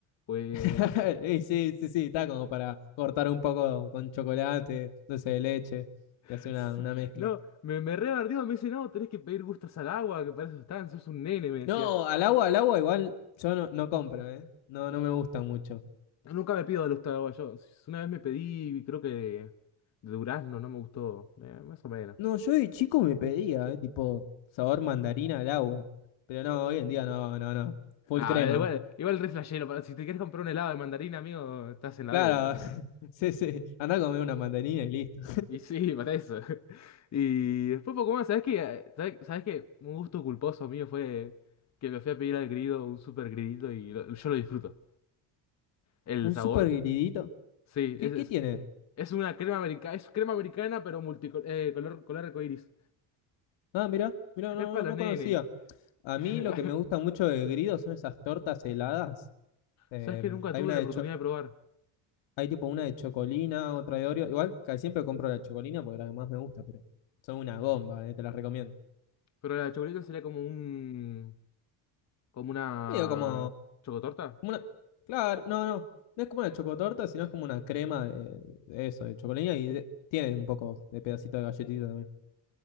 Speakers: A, on the left; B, on the left.
A: Pues,
B: <laughs> Y sí, sí, sí, está como para cortar un poco con chocolate, dulce de leche
A: <laughs>
B: y hacer
A: sí,
B: una, una mezcla.
A: no, me, me re bardeó, me dice, no, tenés que pedir gustos al agua, que para eso están, sos un nene, me decía.
B: No, al agua, al agua igual yo no, no compro, ¿eh? No, no me gusta mucho.
A: Nunca me pido de los taraguayos. Una vez me pedí, creo que de, de durazno, no me gustó. Eh, más o menos.
B: No, yo de chico me pedía, eh, tipo sabor mandarina al agua. Pero no, hoy en día no, no, no. Full
A: Ah,
B: crema.
A: eh, igual, igual re flashero, pero si te quieres comprar un helado de mandarina, amigo, estás en la
B: Claro,
A: B. eh.
B: <laughs> sí, sí. Andá a comer una mandarina y listo.
A: Y sí, para eso. <laughs> Y después poco más, ¿sabes qué? ¿Sabes, sabes qué? Un gusto culposo mío fue que me fui a pedir al grido un super gridito y lo- yo lo disfruto. El
B: Un
A: sabor,
B: super gridito.
A: sí,
B: ¿Qué,
A: es,
B: qué
A: es,
B: tiene?
A: es una crema americana, es crema americana, pero multicolor, color, color arcoíris.
B: Ah, mirá, mirá, no,
A: Es para
B: no no
A: los nenes.
B: conocía. A
A: <laughs>
B: mí lo que me gusta mucho de grido son esas tortas heladas. Eh,
A: Sabes que nunca
B: hay
A: tuve
B: una
A: la
B: de
A: oportunidad
B: cho-
A: de probar,
B: hay tipo una de chocolina, otra de Oreo. Igual casi siempre compro la chocolina porque la que más me gusta, pero son una bomba, eh, te las recomiendo.
A: pero la chocolate sería como un, como una
B: Medio como
A: chocotorta.
B: como una, claro, no, no, no es como una chocotorta, sino es como una crema de, de eso, de chocolina y de- tiene un poco de pedacito de galletita también.